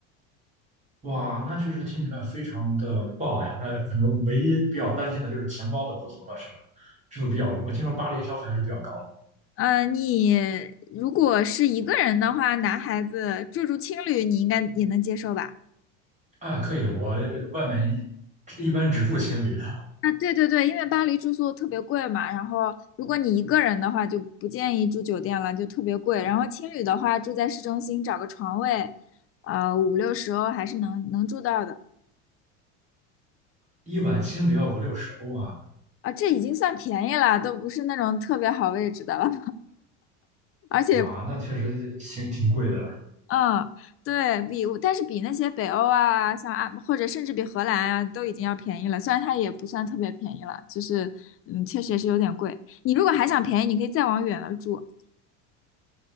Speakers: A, on the right (about 20°); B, on the left (about 40°).
A: 哇，那确实听起来非常的棒呀。那可能唯一比较担心的就是钱包的不足了，是吗？是不是比较？我听说巴黎消费还是比较高的。
B: 嗯，你如果是一个人的话，男孩子住住青旅，你应该也能接受吧？
A: 啊，可以的，我呃外面一般只住青旅的
B: 啊，对对对，因为巴黎住宿特别贵嘛，然后如果你一个人的话，就不建议住酒店了，就特别贵。然后青旅的话，住在市中心找个床位，呃，五六十欧还是能能住到的。
A: 一晚青旅要五六十欧啊，
B: 啊，这已经算便宜了，都不是那种特别好位置的了，<laughs> 而且，
A: 哇，那确实行挺贵的。
B: 嗯，对比，但是比那些北欧啊，像啊，或者甚至比荷兰啊，都已经要便宜了。虽然它也不算特别便宜了，就是，嗯，确实是有点贵。你如果还想便宜，你可以再往远了住，